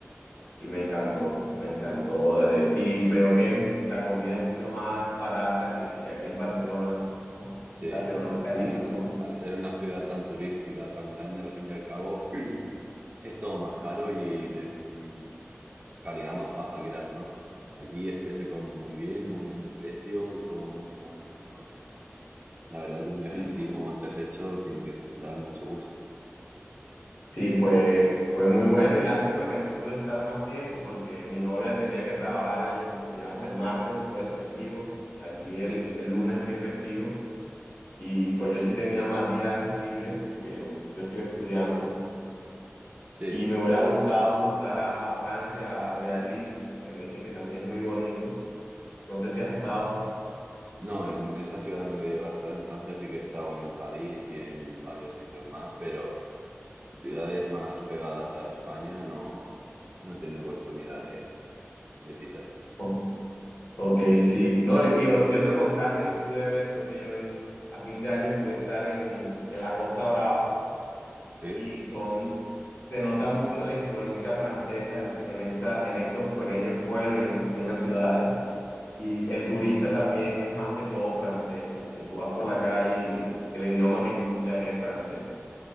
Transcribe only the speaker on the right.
s-
sí.
Barcelona,
al ser
una ciudad tan turística, tan grande, al fin y al cabo, <clears throat> es todo más caro y de mm, calidad más baja, quieras o no. Allí es que se come muy bien, muy bien de precio y todo muy bueno en el norte. La verdad que un viaje
así
como el que has hecho tiene que dar mucho gusto.
Sí,
sí.
No, en esa ciudad no he llegado a estar. En Francia sí que he estado en París y en varios sitios más, pero ciudades más pegadas a España no, no he tenido oportunidad de, de pisar.
Sí,